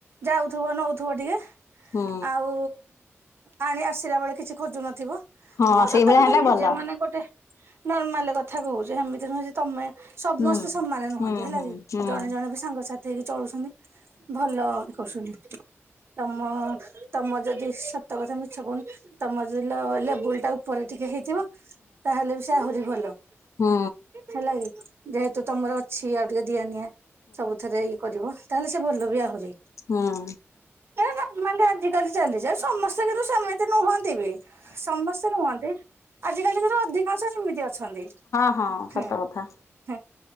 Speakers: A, on the right; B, on the left.
A: ଯାଉଥିବ ନଉଥିବ ଟିକେ,
B: ହୁଁ
A: ଆଉ ଆଣି ଆସିଲା ବେଳେ କିଛି ଖୋଜୁ ନଥିବ।
B: ହଁ
A: ମୁଁ
B: ସେଇଭଳିଆ
A: ସତ କଥା
B: ହେଲେ
A: ନିଜେ
B: ଭଲ।
A: ମାନେ ଗୋଟେ ନର୍ମାଲ କଥା କହୁଛି। ସେମିତି ନୁହେଁ ଯେ ତମେ ସମସ୍ତେ
B: ହଁ
A: ସମାନ ନୁହନ୍ତି
B: ହଁ
A: ହେଲା କି
B: ହଁ
A: ଜଣେ ଜଣେ ବି ସାଙ୍ଗସାଥି ହେଇକି ଚଳୁଛନ୍ତି। ଭଲ କରୁଛନ୍ତି। ତମ ତମ ଯଦି ସତ କଥା ମିଛ କହୁନି, ତମର ଯଦି ଲେବେଲ ଟା ଉପରେ ଟିକେ ହେ ଥିବ ତାହେଲେ ବି ସେ ଆହୁରି ଭଲ।
B: ହୁଁ।
A: ହେଲା ଯେହେତୁ ତମର ଅଛି ଆଉ ଟିକେ ଦିଆ ନିିଆଁ ସବୁଥିରେ ଇଏ କରିବ, ତାହେଲେ ସେ ଭଲ ବି ଆହୁରି।
B: ହୁଁ।
A: ଏଇଟା ନା ମାନେ ଆଜି କାଲି ଚାଲି ଯା ସମସ୍ତେ କିନ୍ତୁ ସେମିତି ନୁହନ୍ତି ବି। ସମସ୍ତେ ନୁହନ୍ତି ଆଜିକାଲି ତ ଅଧିକାଂଶ ସେମିତି ଅଛନ୍ତି।
B: ହଁ
A: ହୁଁ।
B: ସତ କଥା।
A: ହୁଁ